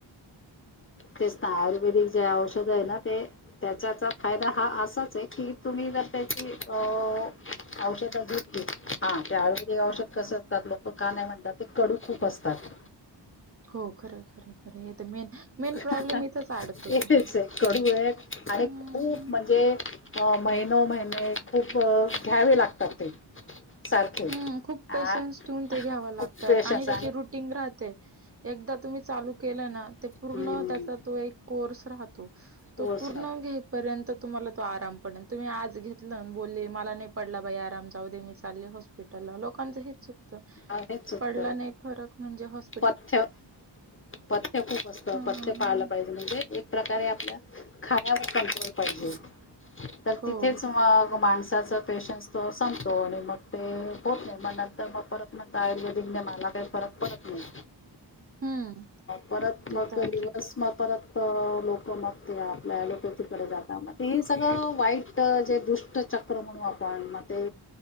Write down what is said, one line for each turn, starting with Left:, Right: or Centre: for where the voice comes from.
Left: तेच ना, आयुर्वेदिक जे औषधय ना, ते त्याच्याचा फायदा हा असाच आहे की तुम्ही <unintelligible> औषध घेतलीत ते <unintelligible> औषध कस <unintelligible> तात लोकं का नाही म्हणतात, ते कडू खूप असतात.
Right: हो खरय, खरय, खरय हे तर मेन, मेन
Left: <unintelligible>
Right: प्रॉब्लेम इथंच अडतो.
Left: तेचय कडूय आणि
Right: हं.
Left: खूप म्हणजे अ महिनो महिने खूप, घ्यावे लागतात ते. सारखे
Right: हं, खूप
Left: अ
Right: पेशन्स ठेवून ते घ्याव लागता,
Left: खूप पेशन्स
Right: आणि त्याची रुटीन राहते. एकदा तुम्ही चालू केलं ना, ते पूर्ण
Left: हम्म
Right: त्याचा तो एक कोर्स राहतो.
Left: कोर्स
Right: तो पूर्ण
Left: हा
Right: घेई पर्यंत तुम्हाला तो आराम पडण. तुम्ही आज घेतलं न बोलली, मला नाही पडला बाई आराम. जाऊ दे, मी चालले हॉस्पी टलला. लोकांच हेच चुकत,
Left: हेच चुकतं
Right: पडला नाही फरक म्हणजे हॉस्
Left: पथ्य, पथ्य खूप असत.
Right: हां.
Left: पथ्य पाळलं पाहिजे. म्हणजे एक प्रकारे आपल्या खाण्यावरं कंट्रोल पाहिजे. तर
Right: हो.
Left: तिथेच मग माणसं साचा पेशन्स तो संपतो आणि मग ते होत नाही, मग नंतर मग परत म्हणता आयुर्वेदिकने मला काय फरक पडत नाही.
Right: हं.
Left: परत
Right: ते
Left: मग
Right: तर आहे.
Left: दिवस मग परत तर लोक मग ते आपल्या ॲलोपॅथीकडे जाता, मग सगळं वाईट जे दुष्ट चक्र म्हणू आपण, मग ते